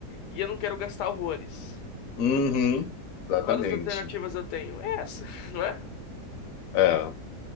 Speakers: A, on the left; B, on the left.
A: e eu não quero gastar horrores.
B: Uhum, exatamente.
A: Quais das alternativas eu tenho? É essa, <laughs> não é?
B: É.